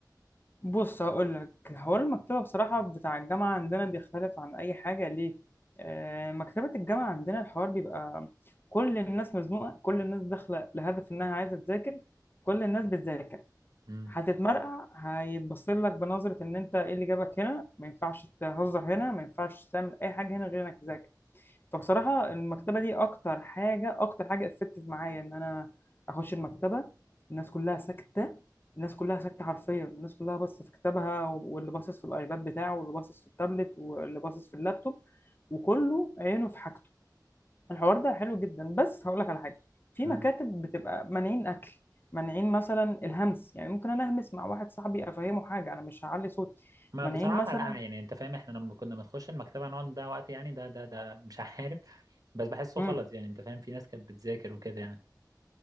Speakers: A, on the left; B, on the right.
A: بص هقول لك حوار المكتبه بصراحه بتاع الجامعه عندنا بيختلف عن اي حاجه ليه آه مكتبه الجامعه عندنا الحوار بيبقى كل الناس مزنوقه كل الناس داخله لهدف انها عايزه تذاكر كل الناس بتذاكر
B: امم
A: هتتمرقع هيتبص لك بنظرة إن أنت إيه اللي جابك هنا ما ينفعش تهزر هنا ما ينفعش تعمل أي حاجة هنا غير إنك تذاكر فبصراحة المكتبة دي أكتر حاجة أكتر حاجة اتفتت معايا إن أنا أخش المكتبة الناس كلها ساكتة الناس كلها ساكتة حرفيا الناس كلها باصة في كتابها واللي باصص في الأيباد بتاعه واللي باصص في التابلت واللي باصص في اللابتوب وكله عينه في حاجته الحوار ده حلو جدا بس هقول لك على حاجه في
B: امم
A: مكاتب بتبقى مانعين اكل مانعين مثلا الهمس يعني ممكن انا اهمس مع واحد صاحبي افهمه حاجه انا مش هعلي صوتي
B: ما
A: مانعين
B: بصراحة
A: مثلا
B: ملقعة يعني انت فاهم احنا لما كنا بنخش المكتبة نقعد نضيع وقت يعني ده ده ده مش عارف بس بحسه
A: مم.
B: غلط يعني انت فاهم في ناس كانت بتذاكر وكده يعني